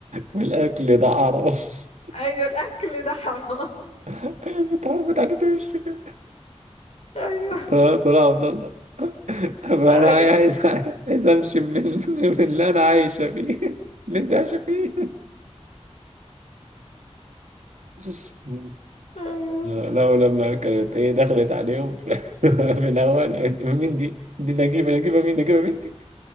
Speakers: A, on the right; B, on the left.
A: والاكل ده عرف
B: أيوة الأكل ده حرام
A: <laughs> الحوار بتاعته مش فكره
B: <laughs> أيوة
A: اه صراحه عبد الله انا
B: أيوة
A: عايز عايز امشي من ال- من اللي انا عايشه فيه <laughs> اللي انت عايشه فيه <laughs> مم.
B: أيوة
A: لا ولما كانت هي دخلت عليهم في, <laughs> في الاول قالت مين دي؟ دي نجيبه نجيبه مين نجيبه بنتي